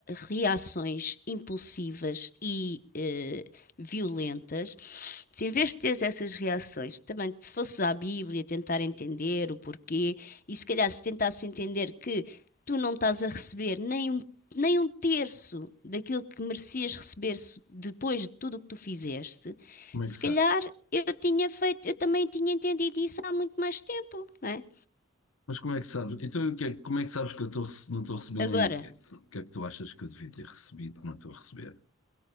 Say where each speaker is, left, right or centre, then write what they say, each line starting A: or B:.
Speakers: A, on the left; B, on the left.
A: reações impulsivas e eh, violentas, se em vez de teres essas reações, também se fosses à Bíblia tentar entender o porquê, e se calhar se tentasses entender que tu não estás a receber nem um nem um terço daquilo que merecias receber depois de tudo o que tu fizeste,
B: Como é
A: se
B: que sabes?
A: calhar eu tinha feito, eu também tinha entendido isso há muito mais tempo, não é?
B: Mas como é que sabes? Então, o que é- como é que sabes que eu estou rece- não estou a receber nenhum
A: Agora,
B: título? O que é que tu achas que eu devia ter recebido que não estou a receber?